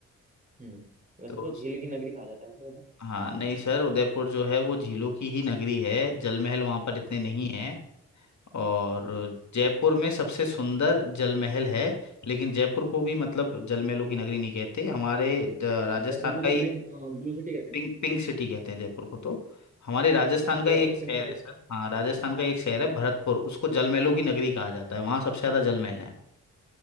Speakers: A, on the right; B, on the left.
A: हम्म वैसे
B: तो
A: तो झील की नगरी कहा जाता है उसे वैसे
B: हाँ नहीं सर उदयपुर जो है वो झीलों की ही नगरी है जल महल वहाँ पर इतने नहीं
A: जी
B: है और
A: अच्छा
B: जयपुर में सबसे सुंदर जल महल है लेकिन जयपुर को भी मतलब
A: हम्म
B: जल महलों की नगरी नहीं कहते हमारे द- राजस्थान
A: जयपुर को तो
B: का ही
A: ग्रीन ब्लू सिटी कहते हैं
B: पिंक
A: ना
B: पिंक सिटी कहते हैं जयपुर को तो हमारे राजस्थान
A: अच्छा
B: का
A: जयपुर
B: ही एक शहर
A: पिंक सिटी
B: है सर हाँ राजस्थान का एक शहर
A: हम्म
B: है भरतपुर उसको जल महलों की नगरी कहा जाता है वहाँ सबसे ज्यादा जल महल है